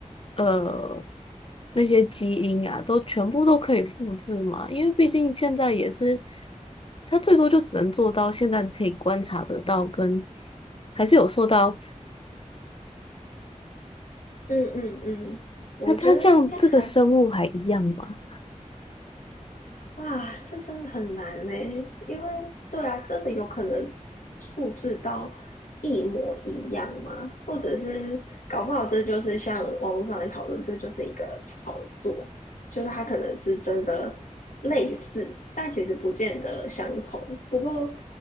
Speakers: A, on the left (about 45°); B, on the left (about 90°).
A: 呃那些基因啊，都全部都可以复制嘛？因为毕竟现在也是，它最多就只能做到现在可以观察得到跟，还是有受到，
B: 嗯嗯嗯，我觉得应该还，
A: 那它这样这个生物还一样吗？
B: 啊，这真的很难呢，因为对啊，这个有可能复制到一模一样嘛，或者是搞不好这就是像网络上来讨论，这就是一个炒作，就是它可能是真的类似，但其实不见得相同。不过